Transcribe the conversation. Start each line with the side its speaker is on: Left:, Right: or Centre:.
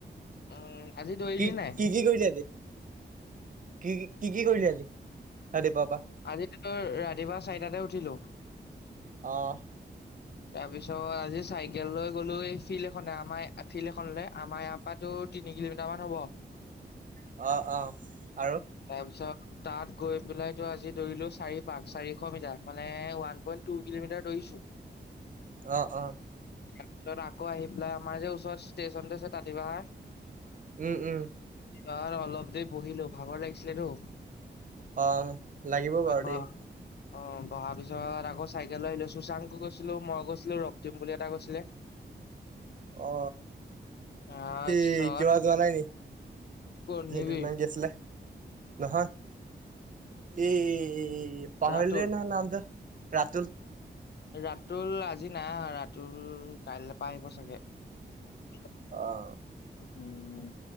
Left: উম আজি দৌৰিলি
Right: কি
Left: নাই
Right: কি কি কৰিলেতে? কি কি কি কৰিলি আজি? ৰাতিপুৱাৰ পৰা?
Left: আজিই ৰাতিপুৱা চাৰিটাতে উঠিলো।
Right: আহ।
Left: তাৰ পিছত আজি চাইকেল লৈ গ'লো এই ফিল্ড এনে আমাৰ ফিল্ড এখনলে আমাৰ আপাতো তিনি কিলোমিটাৰ মান হ'ব
Right: অ', অ',। আৰু?
Left: তাৰপিছত তাত গৈ পেলাই তো আজি দৌৰিলো চাৰি পাক চাৰিশ মিটাৰ মানে ওৱান পইণ্ট টু কিলোমিটাৰ দৌৰিছো <inaudible>
Right: অ অ
Left: তাৰপিছত আকৌ আহি পেলাই আমাৰ যে ওচৰত ষ্টেচনটো আছে তাঁতিপাহাৰ
Right: উম উম
Left: ত অলপ দেৰি বহিলো ভাগৰ লাগিছিলেতো
Right: অ লাগিব
Left: তাৰপিছত
Right: বাৰু
Left: বহা
Right: দেই
Left: অ বহাৰ পিছত আকৌ চাইকেললৈ আহিলো শুশাংকো গৈছিলো মই গৈছিলো ৰক্তিম বুলি এটা গৈছিলে <inaudible>
Right: অ
Left: তাৰপিছত
Right: সেই কিবা যোৱা নাই নেকি <unintelligible>
Left: কৰ্ণিবিৰ
Right: কি আছিলে নহয় এ পাহৰিলোঁৱে
Left: ৰাতুল
Right: নহয় নামটো ৰাতুল
Left: ৰাতুল আজি নাই ৰাতুল কাইলৈ পৰা আহিব চাগে
Right: অ
Left: উম